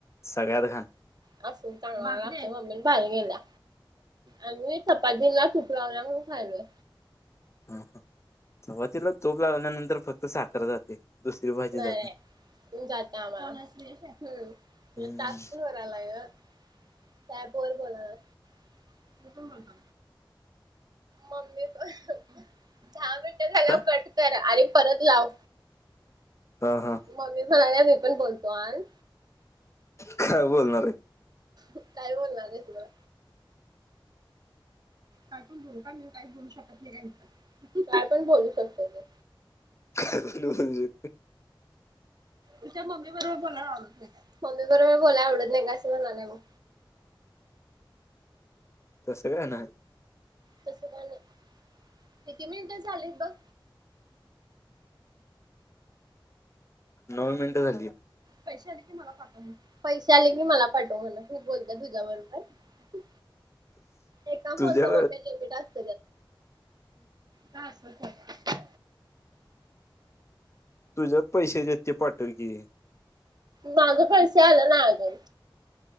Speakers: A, on the left; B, on the right.
A: सगळ्यात घाण
B: असूनं चांगला लागतोय मम्मीने भारी केला. आणि चपातीला तुप लावलाय म्हणुन खायलोय.
A: हा हा चपातीला तुप लावल्यानंतर फक्त साखर जाते. दुसरी भाजी
B: नाय
A: जात
B: नाय
A: नाही.
B: हं जाते आम्हाला हूं
A: हम्म
B: टास्क वर आलंय ग साहेब बोल बोलाला मम्मी पण दहा मिनटं झाल्यावर
A: काय
B: कट करा आणि परत लाव
A: हा हा
B: मम्मी म्हणाले मी पण बोलतो आण
A: काय बोलणार ये.
B: काय बोलणार हेस ग काय पण बोलू का? मी काही चं बोलू शकत नाही काय? पण बोलू शकतय.
A: काय बोलू म्हणजे
B: विचार मम्मी बरोबर बोलायला आवडत नाय काय मम्मी बरोबर बोलायला आवडत नाय का असं म्हणालय बघ
A: तसं काय नाय.
B: तसं का नाही किती मिनिटं झालेत बघ
A: नऊ मिनिटं झालीय
B: पैसे आले की मला पाठव पैसे आले की मला पाठव म्हणा तू बोलत तुझ्या बरोबर एका फोन
A: तुझ्या
B: मम्मी लिमट असत काय असत
A: तुझ्यात पैसे देतचे पाटव की
B: माझं पैसे आलं ना अजून